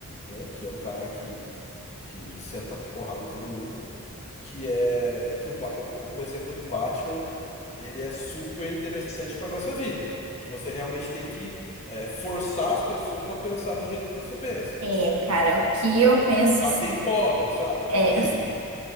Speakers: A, on the left (about 30°); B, on the right (about 80°).
A: né, que é um cara que, que senta porrada em todo mundo, que é que o, Ba- o, o exemplo do Batman, ele é super interessante para nossa vida, que você realmente tem que é, forçar as pessoas a pensar do jeito que você pensa.
B: É, cara, o que eu penso
A: Bater em pobre, sabe? Coisa
B: é,
A: assim.